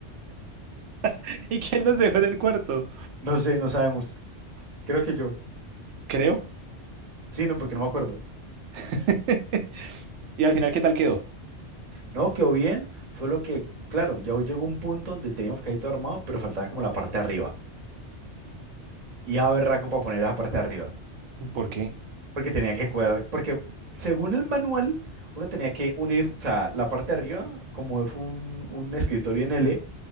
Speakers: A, on the right (about 85°); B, on the right (about 35°).
A: <laughs> ¿Y quién los dejó en el cuarto?
B: No sé, no sabemos. Creo que yo.
A: Creo.
B: Sí, no, porque no me acuerdo.
A: <laughs> ¿Y al final qué tal quedó?
B: No, quedó bien. Fue lo que, claro, ya llegó un punto donde teníamos que ir todo armado, pero faltaba como la parte de arriba. y a berraco para poner esa parte de arriba.
A: ¿Por qué?
B: Porque tenía que cuadrar, porque según el manual, uno tenía que unir, o sea, la parte de arriba, como es un, un escritorio en L,